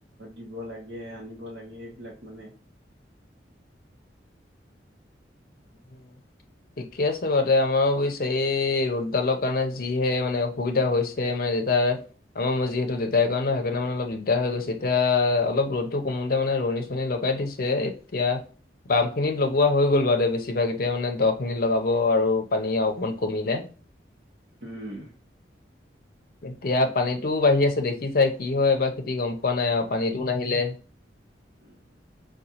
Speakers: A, on the right (about 60°); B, on the left (about 50°).
A: দিব লাগে আনিব লাগে সেইবিলাক মানে।
B: উম। ঠিকে আছে বাৰু দে আমাৰো বুজিছা এই ৰ'দডালৰ কাৰণে যিহে মানে অসুবিধা হৈছে। এ মাজে তাৰ। আমাৰ মই যিহেতু দেউতাৰ কৰে ন সেইকাৰণে অলপ দিগদাৰ হৈ গৈছে এতিয়া অলপ ৰ'দটো কমোতে মানে ৰুৱনী। লগাই দিছে এতিয়া বাম খিনিত লগোৱা হৈ গ'ল বাৰু দে বেছিভাগ এ মানে দহ। খিনি লগাব আৰু পানী অকণমান কমিলে।
A: উম।
B: এতিয়া পানীটোও বাঢ়ি আছে দেখি চাই কি হয় এবাৰ খেতি গম পোৱা নাই আৰু পানীতোও নাহিলে।
A: উম।